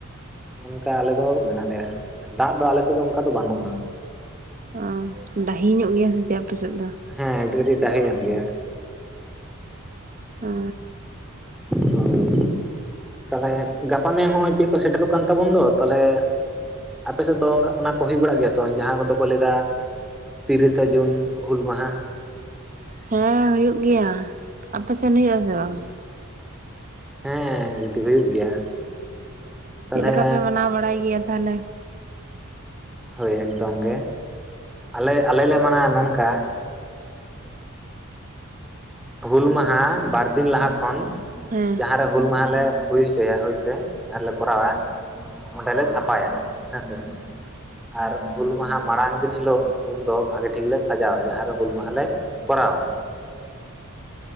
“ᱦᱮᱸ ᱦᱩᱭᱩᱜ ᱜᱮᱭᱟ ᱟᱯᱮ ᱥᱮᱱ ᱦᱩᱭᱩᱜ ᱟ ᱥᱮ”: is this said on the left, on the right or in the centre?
Right